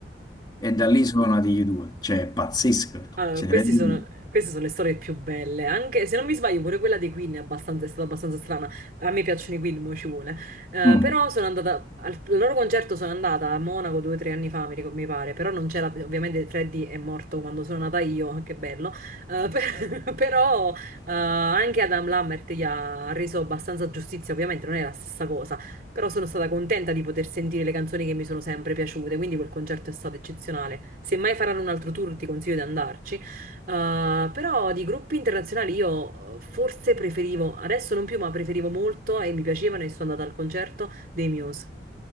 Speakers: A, on the left (about 25°); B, on the right (about 50°).
A: e da lì sono nati gli due. Cioè, pazzesco.
B: Allora,
A: Cioè,
B: questi
A: ti rendi
B: sono-
A: conto?
B: queste sono le storie più belle, anche se non mi sbaglio pure quella dei Queen è, abbastanza, è stata abbastanza strana, a me piacciono i Queen, mo ci vuole, Eh,
A: Mm.
B: però sono andata, al, al loro concerto sono andata a Monaco due o tre anni fa, mi, ricor- mi pare, però non c'era, ovviamente Freddy è morto quando sono nata io, <laughs> che bello, Eh, per- <laughs> però eh, anche Adam Lambert gli ha reso abbastanza giustizia, ovviamente non è la stessa cosa, però sono stata contenta di poter sentire le canzoni che mi sono sempre piaciute, quindi quel concerto è stato eccezionale. Se mai faranno un altro tour, ti consiglio di andarci. Uh, però di gruppi internazionali io eh, forse preferivo, adesso non più, ma preferivo molto e mi piacevano e sono andata al concerto dei Muse.